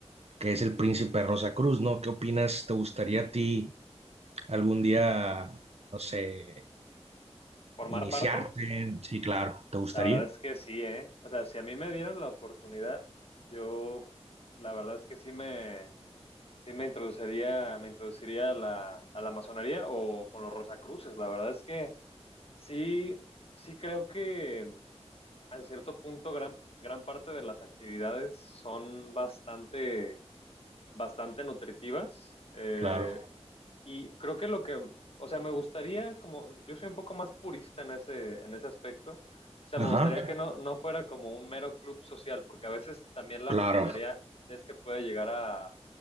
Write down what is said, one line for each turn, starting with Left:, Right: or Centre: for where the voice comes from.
Right: que es el Príncipe rosa cruz ¿no? ¿Qué opinas? ¿Te gustaría a ti algún día, no sé,
Left: ¿Formar
Right: iniciarte?
Left: parte?
Right: Sí, claro, ¿te gustaría?
Left: La verdad es que sí, ¿eh? O sea, si a mí me dieran la oportunidad, yo, la verdad es que sí me, sí me introduciría, me introduciría a la, a la masonería o con los Rosacruces. La verdad es que sí, sí creo que a cierto punto, gran, gran parte de las actividades son bastante, bastante nutritivas. eh,
Right: Claro.
Left: y creo que lo que, o sea, me gustaría, como yo soy un poco más purista en ese, en ese aspecto, o sea,
Right: Ajá,
Left: me gustaría que no, no fuera como un mero club social, porque a veces también la
Right: claro.
Left: masonería es que puede llegar a,